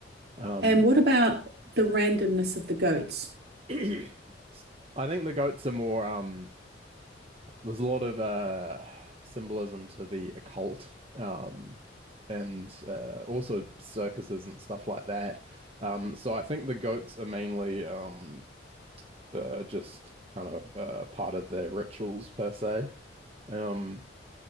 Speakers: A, on the right (about 30°); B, on the right (about 60°).
A: Um
B: And what about the randomness of the goats?
A: <clears throat> I think the goats are more um there's a lot of uh symbolism to the occult um and uh also circuses and stuff like that um so I think the goats are mainly um uh, just kind of uh part of their rituals per se um